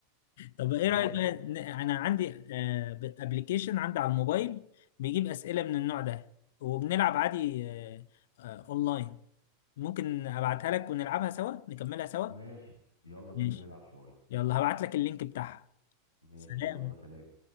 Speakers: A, on the left; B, on the left.
A: طب إيه
B: ماشي
A: رأيك بقى ن- أنا عندي أبلكيشن عندي على الموبايل بيجيب أسئلة من النوع ده وبنلعب عادي آه، آه، أونلاين ممكن أبعتها لك ونلعبها سوا نكملها سوا
B: ماشي يلا بينا
A: ماشي
B: نلعب شوية
A: يلا هبعت لك اللينك بتاعها
B: ماشي
A: سلام
B: يلا سلام